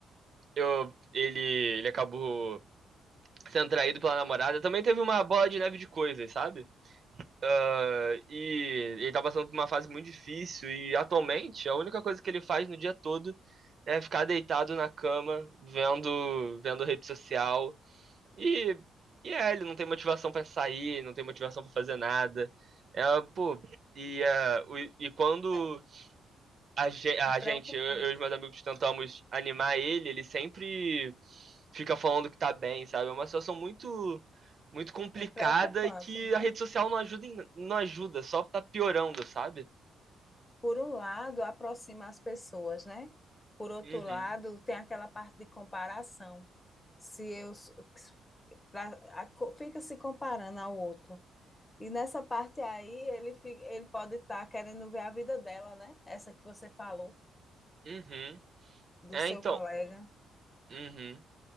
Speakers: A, on the right (about 50°); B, on the left (about 20°).
A: eu, ele, ele acabou sendo traído pela namorada, também teve uma bola de neve de coisas, sabe? Ah, e ele tá passando por uma fase muito difícil e atualmente a única coisa que ele faz no dia todo é ficar deitado na cama, vendo, vendo rede social e, e é, ele não tem motivação pra sair, não tem motivação pra fazer nada. É, pô, e, é, o- e quando
B: É,
A: a, ge- a
B: é preocupante.
A: gente, eu, eu e os meus amigos tentamos animar ele, ele sempre fica falando que tá bem, sabe? É uma situação muito muito complicada
B: É preocupante,
A: e que
B: né?
A: a rede social não ajuda, em- não ajuda, só tá piorando, sabe?
B: Por um lado, aproxima as pessoas, né? Por outro
A: Uhum.
B: lado, tem aquela parte de comparação. Se eu s- pra- a co- fica se comparando ao outro. E nessa parte aí, ele, fi- ele pode estar querendo ver a vida dela, né? Essa que você falou,
A: Uhum.
B: do
A: É,
B: seu
A: então.
B: colega.
A: Uhum.